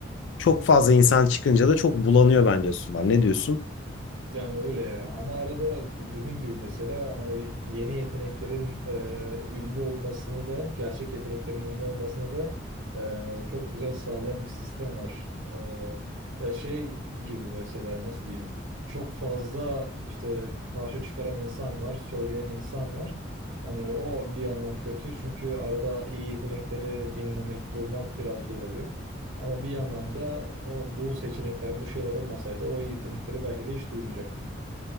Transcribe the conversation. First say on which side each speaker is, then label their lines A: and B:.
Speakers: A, on the left; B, on the right.
A: çok fazla insan çıkınca da çok bulanıyor bence sular. Ne diyorsun?
B: Yani öyle ya. Ama arada dediğim gibi mesela hani yeni yeteneklerin e, ünlü olmasını da gerçek yeteneklerin ünlü olmasını da e, çok güzel sağlayan bir sistem var. E, ya şey gibi mesela nasıl diyeyim? Çok fazla işte parça çıkaran insan var, söyleyen insan var. Hani o bir yandan kötü çünkü arada iyi yetenekleri dinlemek, bulmak biraz zor oluyor. Ama bir yandan da o bu seçenekler, bu şeyler olmasaydı o yetenekleri belki de hiç duymayacaktık.